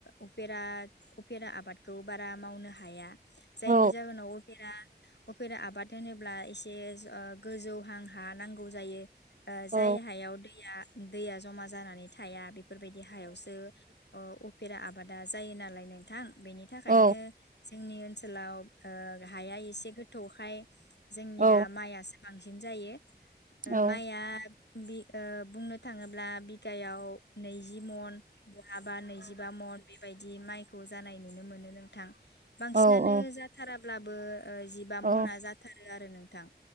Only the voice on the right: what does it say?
औ
औ
औ
औ
औ
औ औ
औ